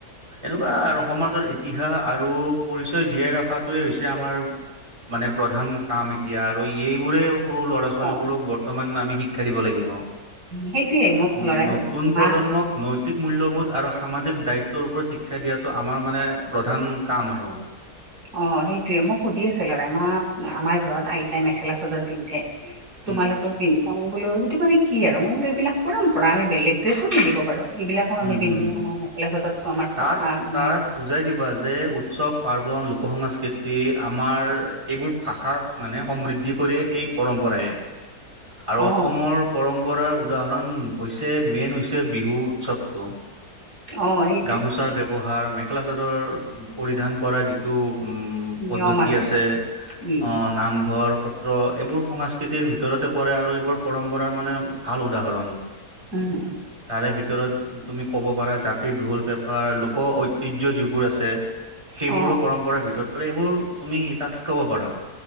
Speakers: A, on the right (about 20°); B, on the right (about 85°).
A: এনেকুৱা আৰু সমাজত ইতিহাস আৰু পৰিচয় জীয়াই ৰখাত টোৱে হৈছে আমাৰ মানে প্ৰধান কাম এতিয়া আৰু এইবোৰে সৰু ল'ৰা ছোৱালীবোৰক
B: অ
A: বৰ্তমান আমি শিক্ষা দিব লাগিব।
B: সেইটোয়ে মোক
A: উ
B: লৰাই
A: নতুন
B: সুধিছে মা
A: প্ৰজন্মক নৈতিক মূল্যবোধ আৰু সামাজিক দায়িত্বৰ ওপৰত শিক্ষা দিয়াটো আমাৰ মানে প্ৰধান কাম আৰু।
B: অ সেইটোয়ে মোক সুধি আছে লৰাই মা আমাৰ ঘৰত আইতাই মেখেলা চাদৰ পিন্ধে
A: <inaudible>
B: তোমালোকেও পিন্ধি বোলো সেইটো মানে কি আৰু মো বোলো এইবিলাক পৰম্পৰা আমি বেলেগ ড্ৰেছো পিন্ধিব পাৰো এইবিলা কো আমি
A: উম হম
B: পিন্ধো আমাৰ মেখেলা চাদৰতো আমাৰ
A: তাক
B: ককা
A: তাক
B: মে
A: বুজাই দিবা যে উৎসৱ পাৰ্বণ, লোক সংস্কৃতি আমাৰ এইবোৰ ভাষা মানে সমৃদ্ধি কৰিয়ে এই পৰম্পৰাই। আৰু
B: অ
A: অসমৰ পৰম্পৰা উদাহৰণ হৈছে মেইন হৈছে বিহু উৎসৱ তো
B: অ এ
A: গামোচাৰ ব্যৱহাৰ মেখেলা চাদৰ পৰিধান কৰা যিটো উম উম
B: নিয়ম
A: পদ্বতি
B: আৰু
A: আছে
B: উম
A: অ নামঘৰ স ত্ৰ এইবোৰ সংস্কৃতিৰ ভিতৰতে পৰে আৰু এইবোৰ পৰম্পৰাৰ মানে ভাল উদাহৰণ
B: উম
A: তাৰে ভিতৰত তুমি ক'ব পাৰা জা ঢোল পেপা লোক ঐতিয্য যিবোৰ আছে সেইবোৰো
B: অ
A: পৰম্পৰাৰ ভিতৰত পৰে এইবোৰ তুমি তাক শিকাব পাৰা।